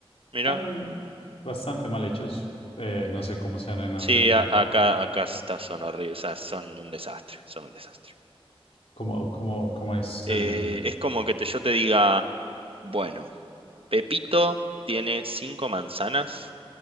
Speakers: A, on the right; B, on the left.
A: Mira.
B: son bastante mal hechos. Eh, no sé cómo sean en Argentina.
A: Sí, a- acá,
B: cuéntame.
A: acá está- son horribles, o sea, son un desastre, son un desastre.
B: ¿Cómo, cómo, cómo es
A: Eh,
B: el,
A: es como que te- yo te diga, bueno, Pepito tiene cinco manzanas